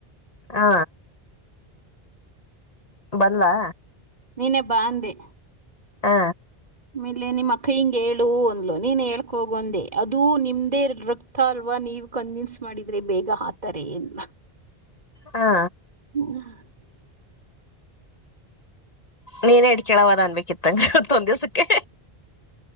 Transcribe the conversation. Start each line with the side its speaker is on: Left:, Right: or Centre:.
Left: ಹಾ ಬಂದಲ.
Right: ನೀನೇ ಬಾ ಅಂದೆ.
Left: ಹಾ
Right: ಮೇಲೆ ನಿಮ್ಮ್ ಅಕ್ಕಯ್ಯಂಗೆ ಹೇಳು ಅಂದ್ಲ ನೀನ್ ಹೇಳ್ಕ ಹೋಗ ಒಂದೆ ಅದು ನಿಮ್ದೇ ರಕ್ತ ಅಲ್ವಾ. ನೀವು ಕನ್ವಿನ್ಸ್ ಮಾಡಿದ್ರೆ ಬೇಗ ಹಾತಾರೆ ಅಂದ್ಲು.
Left: ಹಾ
Right: <inaudible>
Left: ನೀನ್ ಹಡ್ಕೇಳವ ಅದ ಅನ್ಬೇಕಿತ್ತಂಗವತ್ತ ಒಂದ್ ದಿವ್ಸಕ್ಕೆ